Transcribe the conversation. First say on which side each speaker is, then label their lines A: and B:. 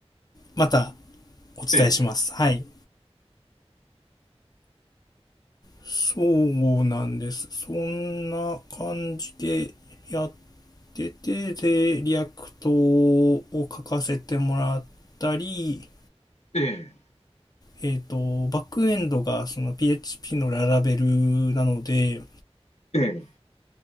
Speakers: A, on the left (about 35°); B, on the left (about 80°).
A: またお伝えします。
B: え
A: はい。そうなんです。そんな感じでやってて、で、リアクトを書かせてもらったり、
B: え、ええ、
A: えっ、と、バックエンドがその PHP のララベルなので、
B: ええ、